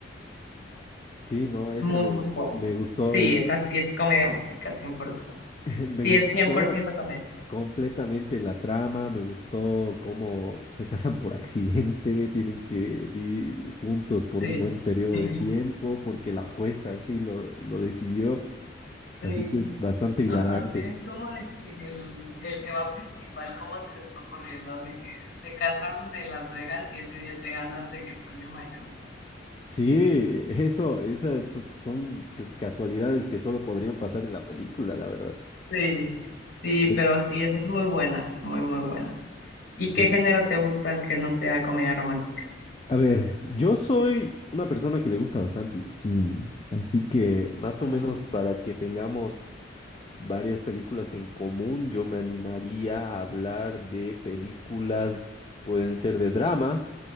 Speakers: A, on the left; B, on the left.
A: Sí, no, esa
B: muy,
A: me,
B: muy buena.
A: me gustó,
B: Sí,
A: es,
B: esa sí es comedia romántica, 100%.
A: <laughs> me
B: Sí,
A: gustó
B: es cien por ciento comedia,
A: Completamente la trama, me gustó cómo se casan por accidente, tienen que vivir juntos por
B: sí.
A: un buen periodo
B: <laughs>
A: de tiempo, porque la jueza así lo, lo decidió, así
B: Sí.
A: que es bastante hilarante.
B: Aparte es como de que el, el tema principal, cómo se les fue ocurriendo de que se casan de Las Vegas y ese día te ganas de que el premio mayor.
A: Sí, eso, esas so- son c- casualidades que solo podrían pasar en la película, la verdad.
B: Sí, sí,
A: De-
B: pero sí, esa es muy buena, muy, muy buena. ¿Y
A: des-
B: qué género te gusta que no sea comedia romántica?
A: a ver, yo soy una persona que le gusta bastante el cine, así que más
B: Ah,
A: o menos para que tengamos varias películas en común. Yo me animaría a hablar de películas, pueden ser de drama,